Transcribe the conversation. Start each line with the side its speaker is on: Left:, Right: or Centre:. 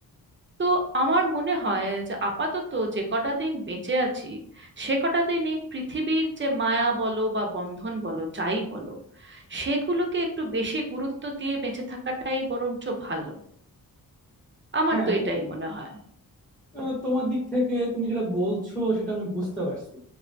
Right: তো আমার মনে হয় যে আপাতত যে কটা দিন বেঁচে আছি সে কটা দিন এই পৃথিবীর যে মায়া বলো বা বন্ধন বলো যাই বলো সেগুলোকে একটু বেশি গুরুত্ব দিয়ে বেঁচে থাকাটাই বরঞ্চ ভালো আমার
Centre: হ্যাঁ
Right: তো এটাই মনে হয়
Centre: আহ, তোমার দিক থেকে তুমি যেটা বলছো সেটা আমি বুঝতে পারছি